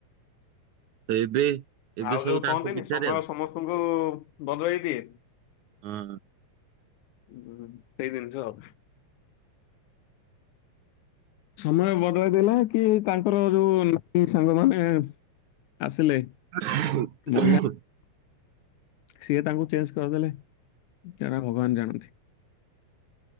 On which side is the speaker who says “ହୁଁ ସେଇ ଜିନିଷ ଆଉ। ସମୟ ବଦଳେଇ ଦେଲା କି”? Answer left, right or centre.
Left